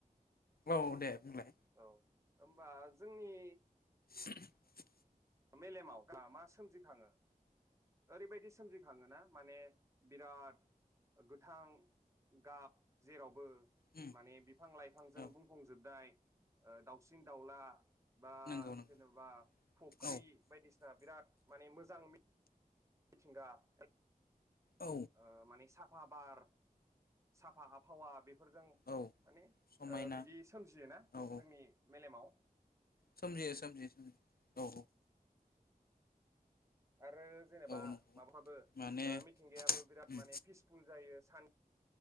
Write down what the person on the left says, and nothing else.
औ दे बुंलाय?
<unintelligible>
उम
औ
नंगौ नंगौ
औ
औ
औ
समायना
औ
औ
सोमजियो सोमजियो सोमजियो औ
औ नंगौ
माने
उम